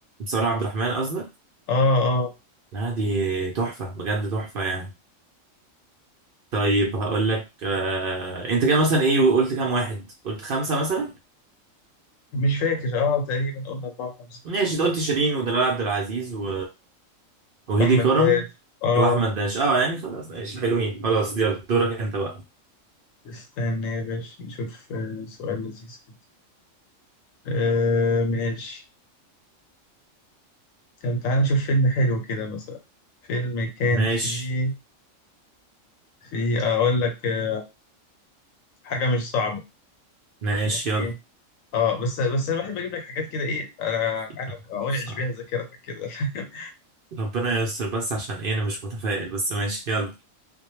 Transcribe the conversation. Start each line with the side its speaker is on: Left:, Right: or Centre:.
Right: سارة عبد الرحمن قصدك
Left: اه اه
Right: لا دي تحفة بجد تحفة يعني طيب هقول لك آه... انت كده مثلا ايه وقلت كام واحد قلت خمسة مثلا
Left: مش فاكر اه تقريبا قلنا أربعة خمسة
Right: ماشي ده قلت شيرين ودلال عبد العزيز و... وهيدي
Left: أحمد
Right: كرم
Left: داش اه
Right: واحمد داش اه يعني خلاص ماشي حلوين خلاص يلا دورك انت بقى
Left: استنى يا باشا نشوف آه، سؤال لذيذ كده آه ماشي طب تعالى نشوف فيلم حلو كده مثلا فيلم كان
Right: ماشي
Left: فيه فيه اقول لك آه، حاجه مش صعبه
Right: ماشي
Left: يعني
Right: يلا
Left: ايه اه بس بس انا بحب اجيب لك حاجات كده ايه انا
Right: يلا،
Left: انا
Right: صعب.
Left: انعش بيها ذاكرتك كده <laughs> فاهم؟
Right: ربنا يستر بس عشان ايه انا مش متفائل بس ماشي يلا